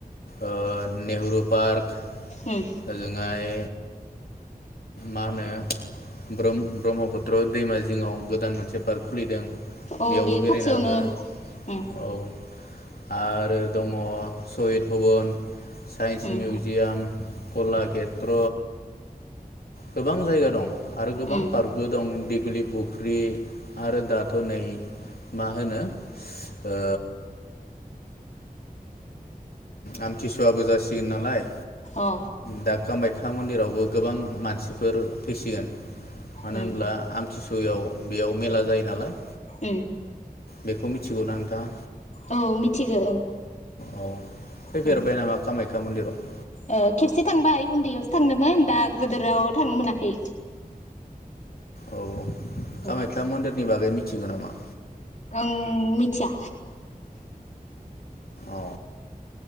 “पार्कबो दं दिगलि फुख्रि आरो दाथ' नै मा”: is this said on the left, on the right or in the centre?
Left